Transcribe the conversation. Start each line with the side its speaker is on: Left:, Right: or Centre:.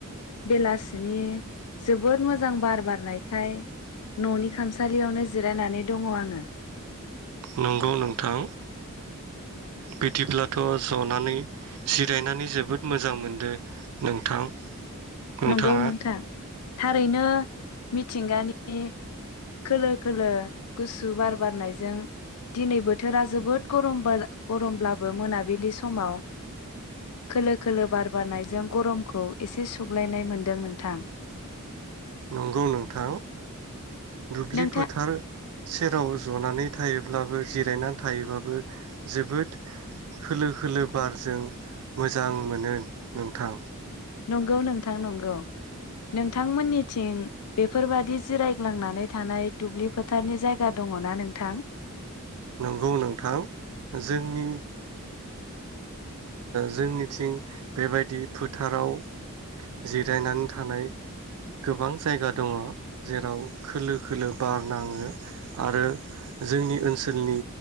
Left: बेलासिनि जोबोद मोजां। मोजां बार बारनायखाय। न'नि खामसालियावनो जिरायनानै दङ आङो।
Right: नंगौ नोंथां बिदिब्लाथ' जनानै जिरायनानै जोबोद मोजां मोनदों नोंथां। नोंथाङा
Left: नंगौ नोंथां। थारैनो मिथिंगानि खोलो खोलो गुसु बार बारनायजों दिनै बोथोरा जोबोद गरम गरमब्लाबो मोनाबिलि समाव खोलो खोलो बार बारनायजों गरमखौ एसे सु सुग्लायनाय मोनदों नोंथां
Right: नंगौ नोंथां दुब्लि
Left: नोंथां
Right: फोथार सेराव जनानै थायोब्लाबो जिरायनानै थायोब्लााबबो जोबोद खोलो खोलो बारजों मोजां मोनो नोंथां
Left: नंगौ नोंथां नंगौ नोंथांमोननिथिं बेफोरबादि जिरायग्लांनानै थानाय दुब्लि फोथारनि जायगा दङ न नोंथां
Right: नंगौ नोंथां जोंनि जोंनिथिं बेबायदि फोथाराव जिरायनानै थानाय गोबां जायगा दङ जेराव खोलो खोलो बार नाङो आरो जोंनि ओनसोलनि